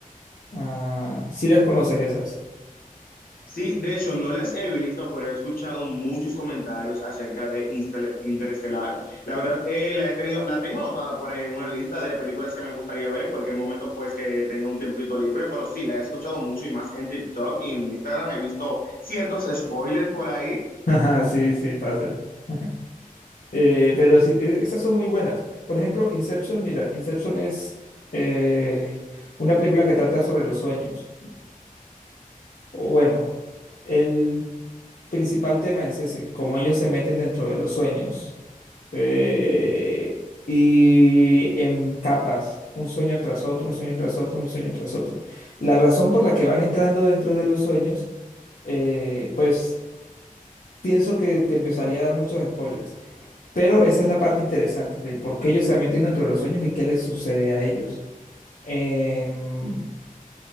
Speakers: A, on the left; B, on the left.
A: ah, sí las conoces esas.
B: Sí, de hecho, no las he visto, pero he escuchado muchos comentarios acerca de Instel- Interestelar. La verdad, eh, la he tenido, la tengo anotada por ahí en una lista de películas que me gustaría ver en cualquier momento, pues que tenga un tiempito libre, pero sí, la he escuchado mucho y más en TikTok y en Instagram. He visto ciertos spoilers por ahí.
A: <laughs> Ajá, Sí, sí, pasa. <laughs> Eh, pero sí, e- esas son muy buenas. Por ejemplo, Inception, mira, Inception es eh, una película que trata sobre los sueños. O bueno. el principal tema es ese, cómo ellos se meten dentro de los sueños eh, y en capas, un sueño tras otro, un sueño tras otro, un sueño tras otro. La razón por la que van entrando dentro de los sueños, eh, pues pienso que te empezaría a dar muchos spoilers, pero esa es la parte interesante del por qué ellos se meten dentro de los sueños y qué les sucede a ellos. Em,